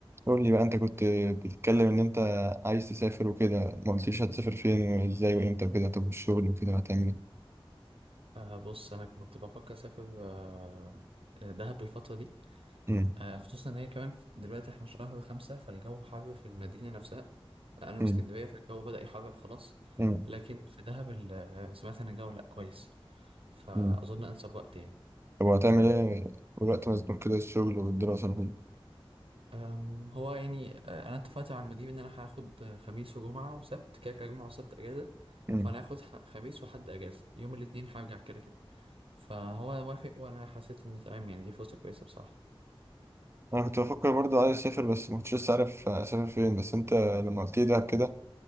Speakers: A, on the right (about 25°); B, on the right (about 70°).
A: قول لي بقى انت كنت بتتكلم ان انت عايز تسافر وكده ما قلتليش هتسافر فين وازاي وامتى وكده طب والشغل وكده هتعمل ايه
B: آه بص انا كنت بفكر اسافر آه آه، دهب الفتره دي
A: امم
B: آه خصوصا ان هي كمان في- دلوقتي احنا شهر خمسة فالجو حر في المدينه نفسها انا من
A: امم
B: اسكندريه فالجو بدأ يحرر خلاص
A: امم
B: لكن في دهب ال- آه، سمعت ان الجو لا كويس فاظن
A: امم
B: انسب وقت يعني
A: طب وهتعمل ايه والوقت مزنوق كده الشغل والدراسة وكده
B: أم، هو يعني آه، انا اتفقت مع المدير ان انا هاخد آه، خميس وجمعه وسبت كده كده جمعه وسبت اجازه
A: امم
B: فانا هاخد ح- خميس وحد اجازه يوم الاثنين هرجع كده كده فهو وافق وانا حسيت ان تمام يعني دي فرصه كويسه بصراحه
A: انا كنت بفكر برضه عايز اسافر بس ما كنتش لسه عارف اسافر فين بس انت لما قلت لي دهب كده